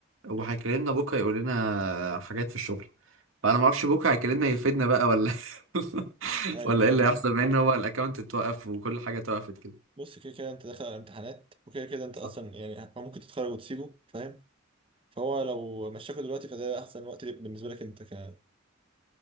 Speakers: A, on the right; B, on the right.
A: وهيكلمنا
B: مم.
A: بكره يقول لنا حاجات في الشغل فانا ما اعرفش بكره هيكلمنا يفيدنا بقى ولا <laughs>
B: ايوه
A: ولا
B: لا
A: ايه اللي
B: لا
A: هيحصل بما ان هو الاكونت اتوقف وكل حاجه اتوقفت كده
B: بص كده كده انت داخل على امتحانات وكده كده انت
A: صح
B: اصلا يعني ممكن تتخرج وتسيبه فاهم فهو لو مشاكل دلوقتي فده احسن وقت ليك بالنسبه لك انت ك